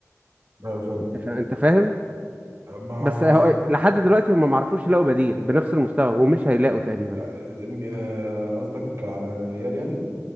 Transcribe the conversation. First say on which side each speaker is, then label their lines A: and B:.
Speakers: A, on the right; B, on the right.
A: آه، فاهم
B: انت فا... انت فاهم
A: ما
B: بس
A: هو بص
B: هو... لحد دلوقتي هم ما عرفوش يلاقوا بديل بنفس المستوى ومش هيلاقوا تقريبا
A: لا آه، قصدك على ريال يعني